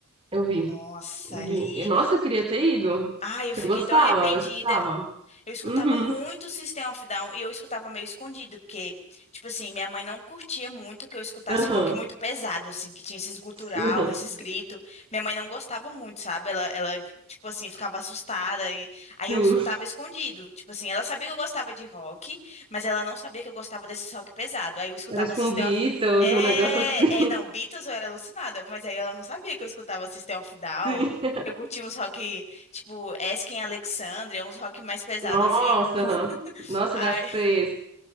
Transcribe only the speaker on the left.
Nossa,
ali.
Ai, eu
fiquei
tão arrependida.
Eu escutava
muito System of Down e eu escutava meio escondido, porque, tipo assim, minha mãe não curtia muito que eu escutasse
rock muito pesado, assim, que tinha esses gutural,
esses gritos. Minha mãe não gostava muito, sabe? Ela, ela, tipo assim, ficava assustada e aí
eu escutava escondido. Tipo assim, ela sabia que eu gostava de rock, mas ela não sabia que eu gostava desse rock pesado. Aí eu escutava
System
of... É,
é, não, Beatles eu era alucinada, mas aí ela não sabia que eu escutava System of Down.
Eu curtia uns rock. Tipo, Esken Alexandria, uns rock mais pesados,
assim. <laughs>
Ai,